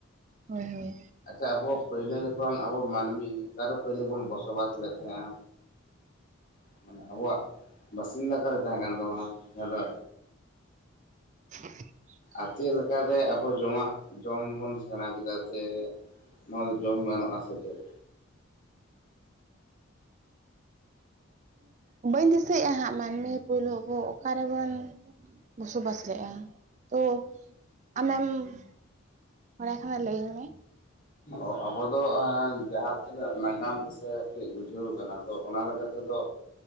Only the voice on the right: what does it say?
ᱦᱳᱭᱻᱦᱳᱭ ᱾
<unintelligible>
ᱩᱜ ᱵᱟᱹᱧ ᱫᱤᱥᱟᱹᱭᱮᱫ-ᱟ ᱦᱟᱸᱜ ᱢᱟᱹᱱᱢᱤ ᱯᱳᱭᱞᱳ ᱟᱵᱚ ᱚᱠᱟᱨᱮ ᱵᱚᱱ ᱵᱚᱥᱚᱵᱟᱥ ᱞᱮᱫᱼᱟ ᱛᱚ ᱟᱢᱮᱢ ᱾ ᱚᱸᱰᱮ ᱠᱷᱚᱱᱟᱜ ᱞᱟᱹᱭᱟᱹᱧ ᱢᱮ᱾